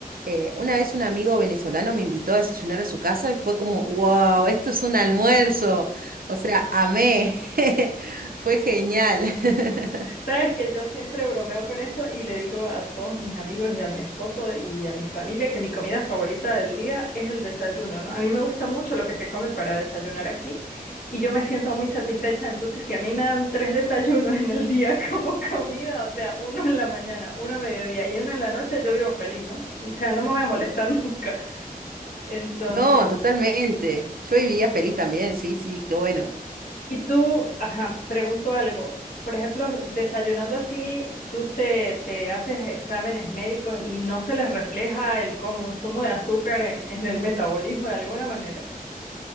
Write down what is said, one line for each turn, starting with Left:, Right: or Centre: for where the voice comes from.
Right: Eh, una vez un amigo venezolano me invitó a desayunar a su casa y fue como, wow, esto es un almuerzo. O sea, amé. <laughs> Fue genial. <laughs>
Left: Sabes que yo siempre bromeo con eso y le digo a todos mis amigos y a mi esposo y a mi familia que mi comida favorita del día es el desayuno, ¿no? A mí me gusta mucho lo que se come para desayunar aquí y yo me siento muy satisfecha, entonces si a mí me dan tres desayunos en el día <laughs> como comida, o sea, uno en la mañana, uno a mediodía y uno en la noche, yo vivo feliz, ¿no? O sea, no me voy a molestar <laughs> nunca. Entonces,
Right: No, totalmente. Yo vivía feliz también, sí, sí, qué bueno.
Left: y tú, ajá, pregunto algo. Por ejemplo, desayunando así, tú te, te haces exámenes médicos y no se les refleja el consumo de azúcar en, en el metabolismo de alguna manera.